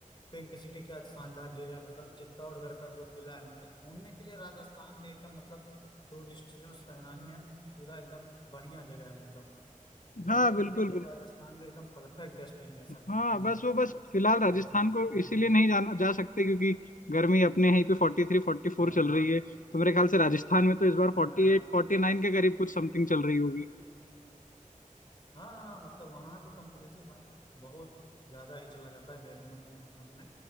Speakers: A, on the left; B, on the left.
A: पिंक सिटी क्या शानदार जगह है मतलब चित्तौड़गढ़ का जो किला है मतलब घूमने के लिए राजस्थान में एकदम मतलब टूरिस्ट जो सैलानी है पूरा एकदम बढ़िया जगह है मतलब घूमने
B: हाँ
A: के
B: बिल्कुल
A: लिए तो
B: बिल्कुल
A: राजस्थान में एकदम परफेक्ट डेस्टिनेशन है
B: हाँ बस
A: हम्म,
B: वो बस फिलहाल राजस्थान
A: जैसे कि हम्म
B: को इसीलिए नहीं जाना जा सकते क्योंकि गर्मी अपने यहीं पे फोर्टी थ्री फोर्टी फोर
A: हाँ
B: चल रही है तो मेरे ख्याल से राजस्थान में तो इस बार फोर्टी
A: हाँ
B: एट फोर्टी नाइन के करीब कुछ समथिंग चल रही होगी
A: हाँ हाँ हाँ, मतलब वहाँ तो टेम्परेचर भाई बहुत ज़्यादा ही चला जाता है गर्मियों के मौसम में